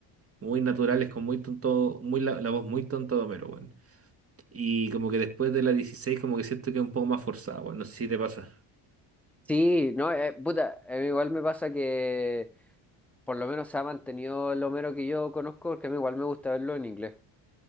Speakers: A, on the right (about 30°); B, in the centre.
A: muy naturales, con muy tonto, muy la, la voz muy tonta de Homero, weón. Y como que después de la 16 como que siento que es un poco más forzada, weón. No sé si te pasa.
B: Sí, no, eh, puta, a mí igual me pasa que por lo menos se ha mantenido el Homero que yo conozco, porque a mí igual me gusta verlo en inglés.